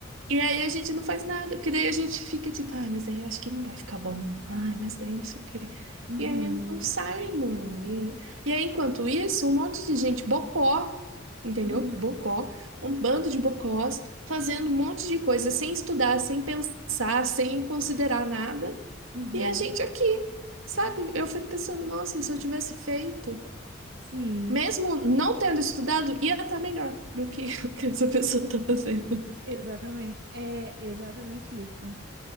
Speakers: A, on the right; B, on the right.
A: e aí a gente não faz nada, porque daí a gente fica tipo, ah, mas aí eu acho que não vai ficar bom. Ai, mas daí não sei o quê.
B: Uhum.
A: E aí não sai, mano. E, e aí, enquanto isso, um monte de gente bocó, entendeu?
B: Uhum.
A: Bocó, um bando de bocós fazendo um monte de coisa sem estudar, sem pensar, sem considerar nada.
B: Uhum.
A: E a gente aqui, sabe? Eu fico pensando, nossa, se eu tivesse feito,
B: Sim.
A: mesmo não tendo estudado, ia estar melhor do que <laughs> o que essa pessoa tá fazendo.
B: Exatamente. É exatamente isso.